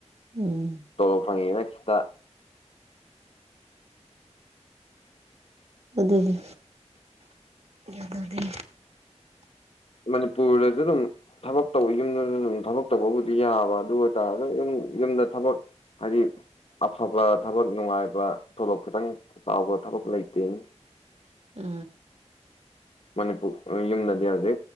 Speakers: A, on the right (about 60°); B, on the left (about 55°).
A: ꯎꯝ
B: ꯆꯂꯣ ꯐꯪꯉꯤꯅ ꯁꯤꯈꯤꯠꯇ
A: ꯑꯗꯨ ꯑꯗꯨꯗꯤ ꯑꯗꯨ ꯑꯗꯨꯗꯤ
B: ꯃꯅꯤꯄꯨꯔꯗꯁꯨ ꯑꯗꯨꯝ ꯊꯕꯛ ꯇꯧꯕ ꯌꯨꯝꯗꯁꯨ ꯑꯗꯨꯝ ꯊꯕꯛ ꯇꯧꯕꯕꯨꯗꯤ ꯌꯥꯕ ꯑꯗꯨ ꯑꯣꯏꯇꯥꯔꯁꯨ ꯌꯨꯝ ꯌꯨꯝꯗ ꯊꯕꯛ ꯍꯥꯏꯗꯤ ꯑꯐꯕ ꯊꯕꯛ ꯅꯨꯡꯉꯥꯏꯕ ꯊꯣꯂꯣꯞ ꯈꯤꯇꯪ ꯆꯥꯎꯕ ꯊꯕꯛ ꯂꯩꯇꯦ
A: ꯑ
B: ꯃꯅꯤꯄꯨꯔ ꯌꯨꯝ ꯅꯗꯤ ꯌꯥꯎꯗꯤ